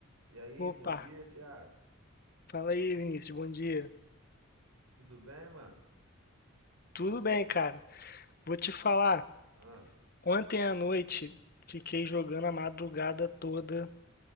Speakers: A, on the right (about 90°); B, on the left (about 45°).
A: E aí,
B: Opa,
A: bom dia, Thiago.
B: fala aí, Vinícius, bom dia.
A: Tudo bem, mano?
B: Tudo bem, cara? Vou te falar,
A: Ah,
B: ontem à noite fiquei jogando a madrugada toda,